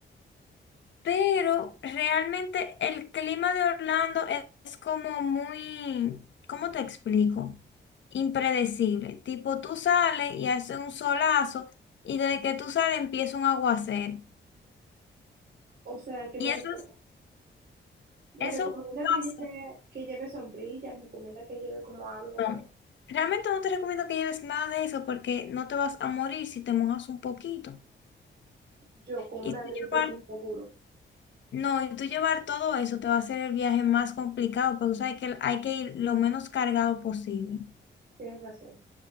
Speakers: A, on the left; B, on the right.
A: Pero realmente el clima de Orlando es es como muy, ¿cómo te explico? Impredecible. Tipo, tú sales y hace un solazo y desde que tú sales empieza un aguacero.
B: O sea, que
A: Y
B: me,
A: eso
B: reco-
A: es,
B: me
A: eso
B: recomienda
A: pasa.
B: que lleve, que lleve sombrilla, me recomienda que lleve como algo,
A: no.
B: ¿verdad?
A: Realmente no te recomiendo que lleves nada de eso porque no te vas a morir si te mojas un poquito.
B: Yo con
A: Y
B: una
A: tú
B: gripe
A: llevar,
B: sin seguro.
A: no, y tú llevar todo eso te va a hacer el viaje más complicado porque tú sabes que hay que ir lo menos cargado posible.
B: Tienes razón.